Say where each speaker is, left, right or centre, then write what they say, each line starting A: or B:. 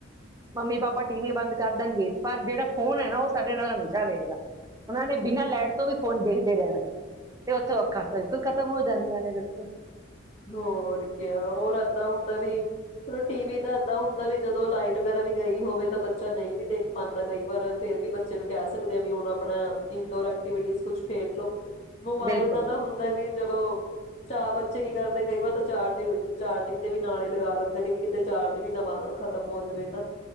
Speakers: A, on the right; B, on the left.
A: ਮੰਮੀ ਪਾਪਾ ਟੀਵੀ ਬੰਦ ਕਰ ਦੇਣਗੇ, ਪਰ ਜਿਹੜਾ ਫੋਨ ਐ ਨਾ ਉਹ ਸਾਡੇ ਨਾਲ ਹਮੇਸ਼ਾ ਰਹੇਗਾ, ਉਨ੍ਹਾਂ ਨੇ ਬਿਨ੍ਹਾਂ ਲਾਈਟ ਤੋ ਵੀ ਫੋਨ ਦੇਖਦੇ ਰਹਿਣਾ ਤੇ ਓਥੋਂ ਅੱਖਾਂ ਫਿਰ ਤੇ ਖਤਮ ਹੋ ਜਾਂਦੀਆ ਨੇ ਜਲਦੀ
B: ਹੋਰ ਕਿਆ ਹੋਰ ਐਦਾ ਹੁੰਦਾ ਵੀ ਚਲੋ ਟੀਵੀ ਦਾ ਐਦਾ ਹੁੰਦੇ ਵੀ ਜਦੋ ਲਾਈਟ ਵਗੈਰਾ ਵੀ ਗਈ ਹੋਵੇ ਤਾਂ ਬੱਚੇ ਨਹੀ ਵੀ ਦੇਖ ਪਾਉਂਦਾ ਕਈ ਬਾਰ ਫਿਰ ਵੀ ਬੱਚੇ ਨੂੰ ਕਹਿ ਸਕਦੇ ਆ ਵੀ ਹੁਣ ਆਪਣਾ ਇਨ ਡੋਰ ਐਕਟੀਵਿਟੀ ਵਿੱਚ ਕੁਝ ਖੇਡ ਲੋ। ਮੋਬਾਇਲ
A: ਬਿਲਕੁਲ
B: ਦਾ ਤਾ ਹੁੰਦਾ ਨੀ ਚਲੋ ਚਾਰ ਬੱਚੇ ਕੀ ਕਰਦੇ ਆ ਕਈ ਵਾਰ ਤਾ ਚਾਰਜ ਚਾਰਜ ਦੇ ਵੀ ਨਾਲੇ ਲਗਾ ਲੈਦੇ ਨੇ ਵੀ ਕਿਤੇ ਚਾਰਜ ਵੀ ਨਾ ਅ ਖਤਮ ਹੋਜੇਵੇ ਨਾ